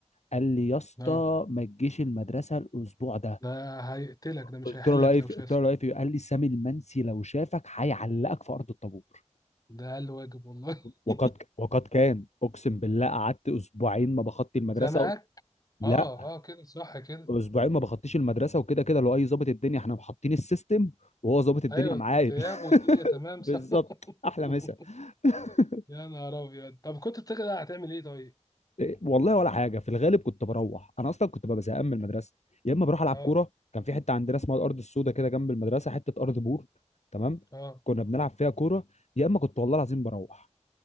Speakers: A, on the left; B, on the left.
A: قال لي يا اسطى
B: اه
A: ما تجيش المدرسه الاسبوع ده
B: ده هيقتلك ده مش
A: قلت
B: هيحلك
A: له لا ايه
B: لو
A: في-
B: شافك
A: قلت له لا ايه في قال لي سامي المنسي لو شافك هيعلقك في ارض الطابور
B: ده اقل واجب والله <laughs>
A: وقد وقد كان اقسم بالله قعدت اسبوعين ما بخطي المدرسه
B: زنقك
A: لا
B: اه اه كده صح كده
A: اسبوعين ما بخطيش المدرسه وكده كده لو اي ظابط الدنيا احنا محطين السيستم وهو ظابط الدنيا
B: ايوه
A: معايا
B: غياب
A: <laughs>
B: والدنيا تمام
A: بالظبط
B: صح
A: احلى
B: <laughs>
A: مسا <laughs>
B: يا نهار ابيض طب كنت بتقلق هتعمل ايه طيب
A: إيه، والله ولا حاجه في الغالب كنت بروح انا اصلا كنت ببقى زهقان من المدرسه يا اما بروح العب
B: اه
A: كوره كان في حته عندنا اسمها الارض السوداء كده جنب المدرسه حته ارض بور تمام
B: اه
A: كنا بنلعب فيها كوره يا اما كنت والله العظيم بروح